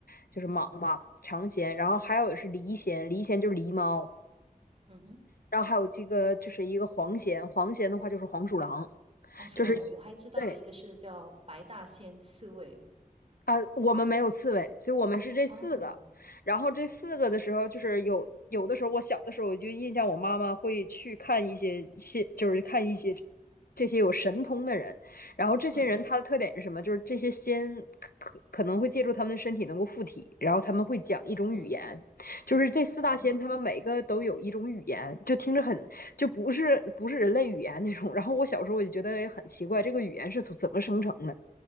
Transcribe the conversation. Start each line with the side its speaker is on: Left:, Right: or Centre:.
Left: 就是蟒嘛，
Right: 嗯
Left: 长弦，然后还有是狸蚬，狸蚬就是狸猫，
Right: 嗯哼。
Left: 然后还有这个就是一个黄蚬，黄蚬的话就是黄鼠狼，
Right: 黄鼠狼，
Left: 就是一对
Right: 我还知道的一个是叫白大仙刺猬
Left: 啊，我们没有刺猬，所以我们是这四个。
Right: 啊，
Left: 然后这四个的时候，就是有有的时候，我小的时候我就印象，我妈妈会去看一些些，就是看一些这些有神通的人。然后这些人他的特点是什么？
Right: 嗯
Left: 就是这些仙可可可能会借助他们的身体能够附体，然后他们会讲一种语言，
Right: 嗯
Left: 就是这四大仙他们每个都有一种语言，
Right: 嗯哼
Left: 就听着很就不是不是人类语言那种。然后我小时候我就觉得哎很奇怪，这个语言是从怎么生成的？